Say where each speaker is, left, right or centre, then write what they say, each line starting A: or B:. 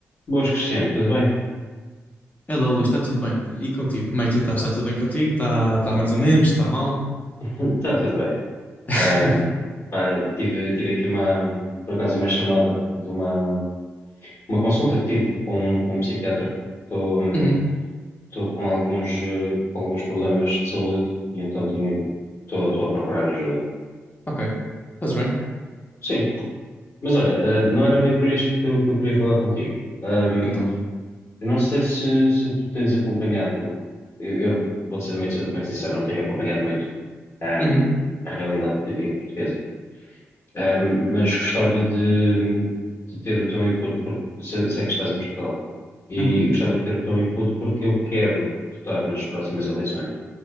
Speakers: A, on the left; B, on the left.
A: Boas, Cristiano, tudo bem?
B: Hello, Luís, está tudo bem? E contigo? Como é que tu estás? Está tudo bem contigo? Está tá mais ou menos? Está mal?
A: <laughs> Está tudo bem.
B: <laughs>
A: Ahm, pá, tive, tive aqui uma, por acaso, uma chamada de uma, uma consulta que tive com, com um psiquiatra. Estou hum,
B: Uhum,
A: estou com alguns, eh, com alguns problemas de saúde e então tinha, estou estou a procurar ajuda.
B: ok. Fazes bem?
A: Sim, mas olha, eh, não era bem para isto que eu, que eu queria falar contigo. Ahm,
B: Então.
A: eu não sei se, se tu tens acompanhado, eu, eu vou-te ser muito, muito sincero, não tenho acompanhado muito, ahm,
B: Uhum,
A: a realidade política portuguesa Ahm, mas gostava de, de ter o teu input, porque se- sei, que estás em Portugal, e
B: uhum.
A: eu gostava de ter o teu input porque eu quero votar nas próximas eleições.